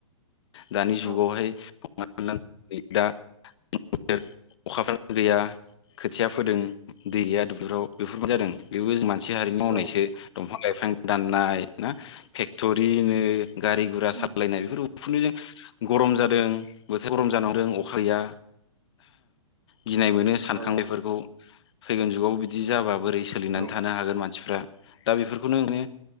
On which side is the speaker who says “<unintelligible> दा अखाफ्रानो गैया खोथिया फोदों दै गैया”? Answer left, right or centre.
Left